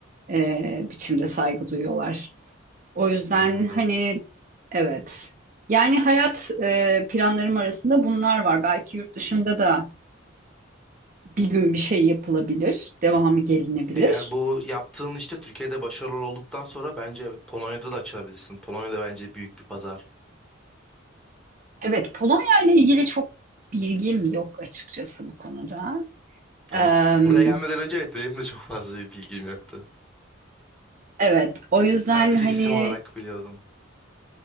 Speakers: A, on the right (about 40°); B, in the centre.
A: e, biçimde saygı duyuyorlar. O yüzden
B: anladım.
A: hani evet. Yani hayat e, planlarım arasında bunlar var. Belki yurt dışında da bir gün bir şey yapılabilir, devamı gelinebilir.
B: Eğer bu yaptığın işte Türkiye'de başarılı olduktan sonra bence evet Polonya'da da açılabilirsin. Polonya'da bence büyük bir pazar.
A: Evet, Polonya ile ilgili çok bilgim yok açıkçası bu konuda. Em,
B: Yani b- buraya gelmeden önce evet benim de çok fazla bir bilgim yoktu.
A: evet, o yüzden
B: Sadece
A: hani
B: isim olarak biliyordum.